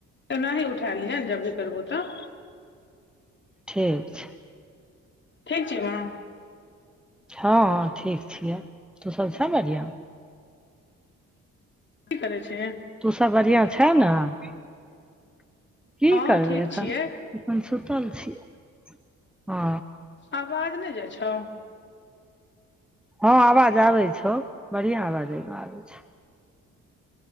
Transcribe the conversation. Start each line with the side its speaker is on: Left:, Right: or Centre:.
Left: एनाही उठै लिहेंन जब भी करबौ तऽ
Centre: ठीक छै
Left: ठीक छीहीं ना
Centre: हँ हँ ठीक छियै तू सब छै बढियाँ
Left: की करै छीहीं
Centre: तू सब बढ़ियाँ छै न की
Left: हँ
Centre: करबै
Left: ठीक
Centre: एखन
Left: छियै
Centre: एखन सुतल छियौ हँ
Left: आवाज नै जाइ छौ
Centre: हँ आवाज आबय छौ बढ़ियाँ आवाज आबय छौ